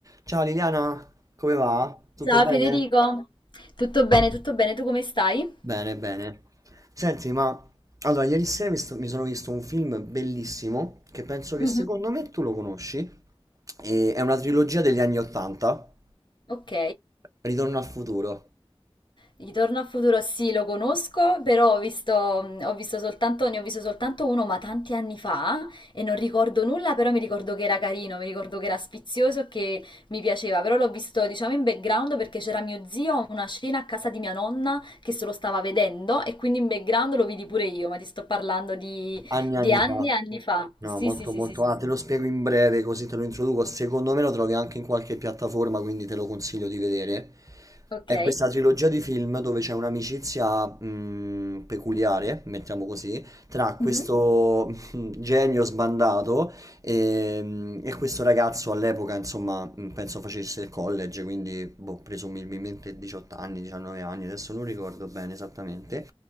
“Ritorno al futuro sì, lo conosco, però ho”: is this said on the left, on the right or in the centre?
Left